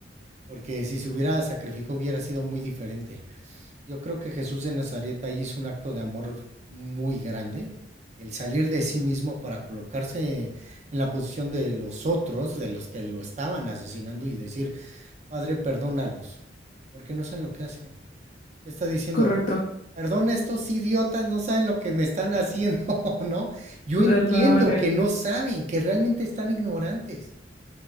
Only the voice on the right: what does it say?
porque si se hubiera sacrificado hubiera sido muy diferente. Yo creo que Jesús de Nazaret ahí hizo un acto de amor muy grande, el salir de sí mismo para colocarse en la posición de los otros, de los que lo estaban asesinando y decir, Padre, perdónalos, porque no saben lo que hacen está diciendo,
perdón, estos idiotas no saben lo que me están haciendo, <laughs> ¿no? Yo
entiendo
que no saben, que realmente están ignorantes.